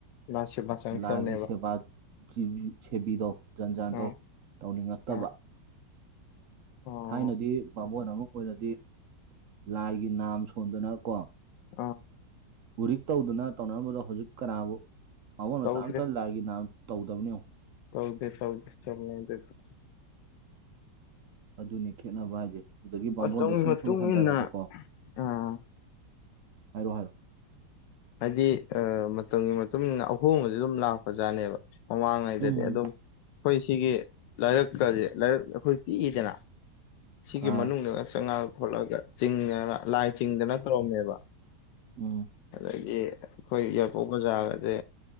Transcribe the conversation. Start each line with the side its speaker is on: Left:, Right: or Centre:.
Left: ꯅꯪ ꯁꯦꯕꯥ ꯆꯪꯉꯛꯇꯕꯅꯦꯕ
Right: ꯂꯥꯏꯒꯤ ꯁꯦꯕ ꯖꯤ ꯁꯦꯕꯤꯗꯣ ꯖꯟ ꯖꯥꯟꯗꯣ
Left: ꯎꯝ
Right: ꯇꯧꯅꯤꯡꯉꯛꯇꯕ
Left: ꯎꯝ ꯑꯣ
Right: ꯊꯥꯏꯅꯗꯤ ꯕꯥꯕꯣꯟ ꯑꯃ ꯑꯣꯏꯔꯗꯤ ꯂꯥꯏꯒꯤ ꯅꯥꯝ ꯁꯣꯟꯗꯅ ꯀꯣ
Left: ꯑꯥ
Right: ꯎꯔꯤꯛ ꯇꯧꯗꯅ ꯇꯧꯅꯔꯝꯕꯗꯣ ꯍꯧꯖꯤꯛ ꯀꯅꯥꯕꯨ ꯕꯃꯣꯟ ꯃꯆꯥ
Left: ꯇꯧꯗ꯭ꯔꯦ
Right: ꯑꯃꯇ ꯂꯥꯏꯒꯤ ꯅꯥꯝ ꯇꯧꯗꯕꯅꯦ ꯌꯦꯡꯉꯣ
Left: ꯇꯧꯗꯦ ꯇꯧꯗꯦ <unintelligible>
Right: ꯑꯗꯨꯅꯤ ꯈꯦꯠꯅꯕ ꯍꯥꯏꯁꯦ ꯑꯗꯒꯤ ꯕꯕꯣꯟꯁꯦ
Left: ꯃꯇꯝꯒꯤ
Right: ꯁꯨꯝ
Left: ꯃꯇꯨꯡ
Right: ꯁꯨꯝ ꯍꯟꯗꯔꯕꯀꯣ
Left: ꯏꯟꯅ ꯑꯥ
Right: ꯍꯥꯏꯔꯣ ꯍꯥꯏꯔꯣ
Left: ꯍꯥꯏꯗꯤ ꯑ ꯃꯇꯝꯒꯤ ꯃꯇꯨꯡ ꯏꯟꯅ ꯑꯍꯣꯡꯕꯁꯦ ꯑꯗꯨꯝ ꯂꯥꯛꯄꯖꯥꯠꯅꯦꯕ ꯃꯃꯥꯡꯉꯩꯗꯗꯤ
Right: ꯎꯝ
Left: ꯑꯗꯨꯝ ꯑꯩꯈꯣꯏ ꯁꯤꯒꯤ ꯂꯥꯏꯔꯛꯀꯁꯦ ꯂꯥꯏꯔꯛ ꯑꯩꯈꯣꯏ ꯄꯤꯛꯏꯗꯅ ꯁꯤꯒꯤ
Right: ꯑꯥ
Left: ꯃꯅꯨꯡꯗ ꯆꯥꯉꯥ ꯈꯣꯠꯂꯒ ꯆꯤꯡꯉꯅ ꯂꯥꯏ ꯆꯤꯡꯗꯅ ꯇꯧꯔꯝꯃꯦꯕ
Right: ꯎꯝ
Left: ꯗꯒꯤ ꯑꯩꯈꯣꯏ ꯌꯥꯏꯔꯤꯄꯣꯛ ꯕꯖꯥꯔꯒꯁꯦ